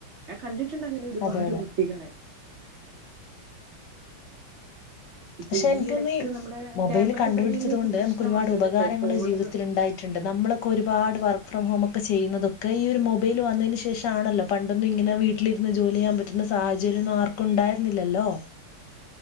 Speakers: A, on the right; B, on the left.
A: ഞാൻ കണ്ടിട്ട് ണ്ട് അങ്ങനെ ഒരുപാട്
B: അതെ അതെ
A: കുട്ടികളെ ഇപ്പൊ
B: പക്ഷെ എനിക്കൊന്ന്
A: ഇടക്ക്
B: ഈ
A: നമ്മുടെ
B: മൊബൈൽ
A: കേരളത്തിൽ
B: കണ്ടുപിടിച്ചത്
A: തന്നെയല്ലേ
B: കൊണ്ട്
A: ഒരു പ്രശ്നം
B: നമുക്ക് ഒരുപാട്
A: വന്നത്
B: ഉപകാരങ്ങള്ൾ
A: ഫോണ്
B: ജീവിതത്തിൽ ഉണ്ടായിട്ടുണ്ട് നമ്മളൊക്കെ ഒരുപാട് വ ഫ്രം ഹോം ഒക്കെ ചെയ്യുന്നതൊക്കെ ഈ ഒരു മൊബൈൽ വന്നതിന് ശേഷം ആണല്ലോ പണ്ടൊന്നും ഇങ്ങനെ വീട്ടിലിരുന്ന് ജോലി ചെയ്യാൻ പറ്റുന്ന സാഹചര്യംൊന്നും ആർക്കും ഉണ്ടായിരുന്നില്ലല്ലോ